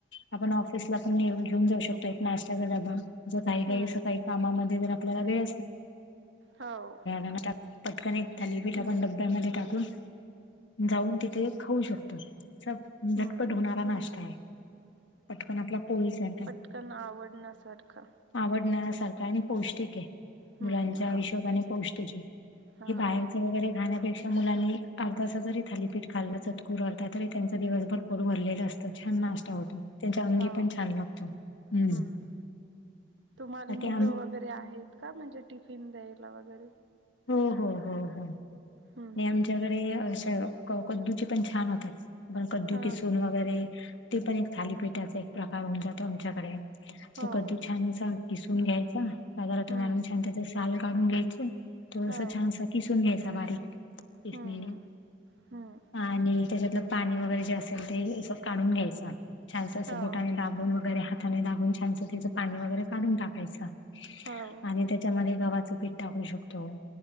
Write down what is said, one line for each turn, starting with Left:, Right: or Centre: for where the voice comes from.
Left: आपण ऑफिसला पण येऊन घेऊन जाऊ शकतो कड डबा जर घाई घाई
Right: हम्म
Left: सकाळी कामामध्ये जर आपल्याला वेळ
Right: हो
Left: आता पटकन एक थालीपीठ
Right: हम्म
Left: आपण डब्यामध्ये टाकून जाऊन तिथे खाऊ शकतो झटपट
Right: हम्म
Left: होणारा नाश्ता आहे पटकन आपला पोळी सारखा
Right: त्यांना आवडण्यासारखं
Left: आवडणासारखा आणि पौष्टिक आहे
Right: हं,
Left: मुलांच्या
Right: हां,
Left: हिशोबाने पौष्टिकी आहे
Right: हां,
Left: हे बाहेरचे वगैरे खाण्यापेक्षा मुलांनी एक अर्धासा जरी थालीपीठ खाल्लं चटकूर अर्धा तरी त्यांच दिवसभर पोट भरलेलं अस छान नाश्ता होतो त्यांच्या अंगी
Right: हां,
Left: पण छान लागतो हम्म.
Right: हं. तुम्हाला मुलं
Left: ते आम
Right: वगैरे आहेत का म्हणजे टिफिन द्यायला वगैरे?
Left: हो हो हो हो
Right: हं,
Left: आणि
Right: हं.
Left: आमच्याकडे श क कद्दूचे पण छान होतात पण कद्दू
Right: हां.
Left: किसून वगैरे ते पण एक थालीपीठाचा एक प्रकार होऊन जातो आमच्याकडे
Right: हो.
Left: ते कद्दू छान अस किसून घ्यायचा बाजारातून
Right: हं.
Left: आणून छान त्याच साल काढून घ्यायचे तो अस
Right: हो.
Left: छान किसून घ्यायचा बारीक किसनी
Right: हं,
Left: ने
Right: हं. हं.
Left: आणि त्याच्यातलं पाणी वगैरे जे असेल ते असं काढून घ्यायचं छान अस
Right: हो.
Left: बोटाने दाबून दाबून वगैरे हाताने दाबुश छानस त्याचं पाणी वगैरे काढून टाकायचं
Right: हो.
Left: आणि त्याच्यामध्ये गव्हाचं पीठ टाकू शकतो